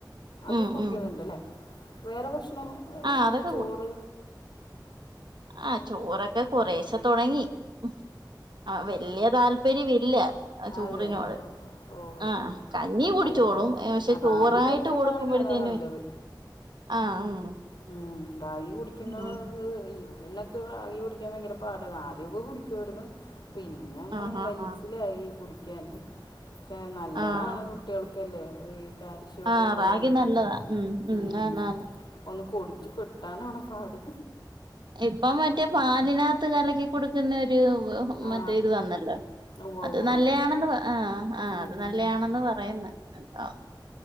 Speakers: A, on the left; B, on the right.
A: അത്
B: ഉം
A: കുടിക്കുന്ന
B: ഉം
A: ണ്ട്ല്ലേ വേറെ ഭക്ഷണം
B: ആ
A: നമ്മള്
B: അതൊക്കെ
A: ചോറ്
B: കുടിക്കും ആഹ് ചോറൊക്കെ കൊറേശെ തൊടങ്ങി ഉം ആ വല്യ താല്പര്യവില്ല ആ ചോറിനോട്
A: അതെ ഓ ഓ ഓ.
B: ആഹ് കഞ്ഞി കുടിച്ചോളും
A: അല്ല
B: പക്ഷെ ചോറായിട്ട്
A: റാഗി കുടിക്കുന്നതാണെങ്കിൽ
B: കൊടുക്കുമ്പോഴത്തേന്
A: അതാ നല്ലത്
B: ആ ഉം
A: ഉം റാഗി കുടിക്കുന്നത്
B: ഉം
A: ഹ് ഇന്നൊക്കെ റാഗി കുടിക്കാൻ ഭയങ്കര പാടയിരുന്നു ആദ്യോക്കെ കുടിക്കുവായിരുന്നു പിന്നങ്ങ്
B: ആഹ്
A: വലിച്ചിലായി
B: ആഹ്
A: കുടിക്കാൻ പക്ഷെ നല്ലതാണ്
B: ആഹ് ആഹ്
A: കുട്ടികൾക്കല്ലേ ഈ കാൽശ്യോക്കെ
B: ആഹ്
A: ഒള്ളത്
B: റാഗി
A: കൊണ്ടെയ്
B: നല്ലതാ ഉം
A: ഉം
B: ആന്ന് ആന്ന്
A: ഒന്ന് കുടിച്ച് കിട്ടാനാണ് പാട്
B: ഇപ്പം മറ്റേ പാലിനകത്ത് കലക്കി കൊടുക്കുന്ന ഒരു
A: ആ
B: മറ്റേ ഇത് വന്നല്ലോ
A: ഉവ്വ
B: അത്
A: ഉവ്വ
B: നല്ലയാണെന്ന്
A: ഉവ്വ
B: ആ ആ
A: ഉം
B: അത്
A: ഹും
B: നല്ലയാണെന്ന്
A: ഹും
B: പറയുന്നു എന്തോ